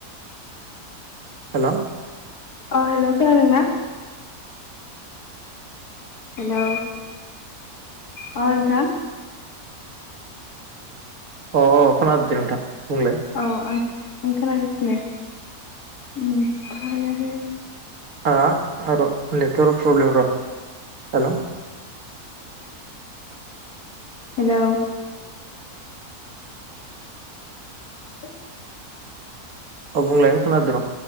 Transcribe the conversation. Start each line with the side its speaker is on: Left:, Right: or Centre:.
Right: हेल'
Left: अ हेल' खोनादों ना? हेल' अ नोंथां
Right: अ अ खोनादों दे नोंथां बुंलाय
Left: औ आङो आं खोनागासिनो ओमफाय आरो
Right: ह आरो' नेटवारक प्रब्लेम र' हेल'
Left: हेल' <inaudible>
Right: औ‌ बुंलाय खोनादो र'